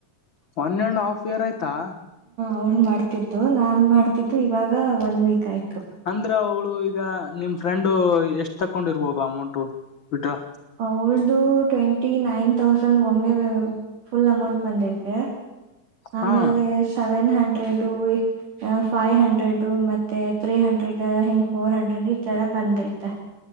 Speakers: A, on the left; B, on the right.
A: ಒನ್ ಅಂಡ್ ಹಾಫ್ ಇಯರ್ ಆಯತು ಕತ್ತ
B: ಅವ್ಳು ಮಾಡ್ತಿದ್ದು ನಾನ್ ಮಾಡ್ತಿದ್ದು ಇವಾಗ ಒನ್ ವೀಕ್ ಆಯ್ತು
A: ಅಂದ್ರ ಅವಳು ಈಗ ನಿಮ್ ಫ್ರೆಂಡು ಎಷ್ಟ್ ತಕೊಂಡಿರ್ಬೋದು ಅಮೌಂಟು ಬಿಡ್ರಾ
B: ಅವಳ್ದು ಟ್ವೆಂಟ ್ಟಿ ನೈನ್ ತೌಸಂಡ್ ಒಮ್ಮೆ ಫುಲ್ ಅಮೌಂಟ್ ಬಂದೈತೆ ಆಮೇಲೆ
A: ಹಾ
B: seven hundred five hundred ಮತ್ತೆ ತ್ರೀ ಹಂಡ್ರೆಡ್ ಹಿಂಗ ಫೋರ್ ಹಂಡ್ರೆಡ್ ಈ ತರ ಬಂದೈತೆ